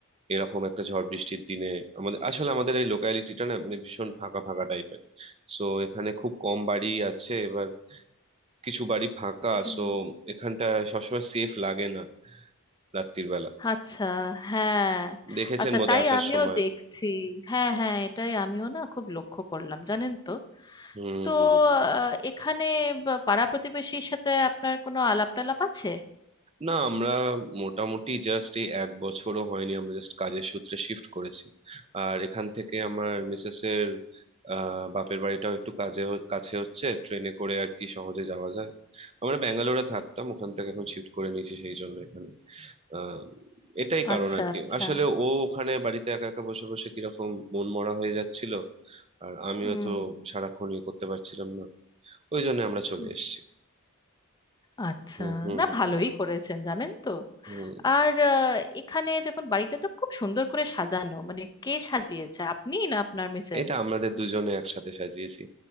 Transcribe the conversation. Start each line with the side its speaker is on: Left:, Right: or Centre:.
Right: এরকম একটা ঝড় বৃষ্টির দিনে আমাদের আসলে আমাদের এই লোকালিটিটা না মানে ভীষণ ফাঁকা ফাঁকা টাইপের সো এখানে খুব কম বাড়ি আছে এবার কিছু বাড়ি ফাঁকা
Left: হুম
Right: সো এখানটা সবসময় সেফ লাগে না রাত্রির বেলা
Left: আচ্ছা হ্যাঁ
Right: দেখেছেন
Left: আচ্ছা
Right: বোধহয়
Left: তাই
Right: আসার
Left: আমিও
Right: সময়
Left: দেখছি হ্যাঁ হ্যাঁ এটাই আমিও না খুব লক্ষ্য করলাম জানেন তো
Right: হুম
Left: তো
Right: হুম হুম
Left: আহ, এখানে বা- পাড়া প্রতিবেশীর সাথে আপনার কোনো আলাপ টালাপ আছে
Right: না আমরা মোটামুটি জাস্ট এই এক বছরও হয়নি আমরা জাস্ট কাজের সূত্রে শিফট করেছি আর এখান থেকে আমার মিসেস এর আহ, বাপের বাড়িটাও একটু কাজে হ- কাছে হচ্ছে ট্রেনে করে আর কি সহজে যাওয়া যায় আমরা ব্যাঙ্গালোরে থাকতাম ওখান থেকে এখন শিফট করে নিয়েছি সেই জন্য এখানে আহ, এটাই কারণ
Left: আচ্ছা
Right: আর কি
Left: আচ্ছা
Right: আসলে ও ওখানে বাড়িতে একা একা বসে বসে কিরকম মন মরা হয়ে যাচ্ছিল আর আমিও
Left: হুম
Right: তো সারাক্ষণ ইয়ে করতে পারছিলাম না ওই জন্য আমরা চলে
Left: হুম।
Right: এসেছি
Left: আচ্ছা
Right: হুম হুম
Left: না
Right: হুম
Left: ভালোই করেছেন জানেন তো
Right: হুম।
Left: আর আহ, এখানে দেখুন বাড়িটা তো খুব সুন্দর করে সাজানো মানে কে সাজিয়েছে আপনি না আপনার মিসেস
Right: এটা আমাদের দুজনে একসাথে সাজিয়েছি